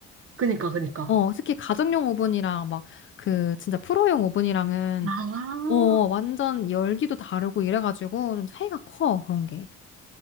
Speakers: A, on the right; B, on the left.
A: 그니까, 그니까.
B: 어, 특히 가정용 오븐이랑 막 그 진짜 프로용 오븐이랑은
A: 아,
B: 어, 완전 열기도 다르고 이래가지고 좀 차이가 커, 그런 게.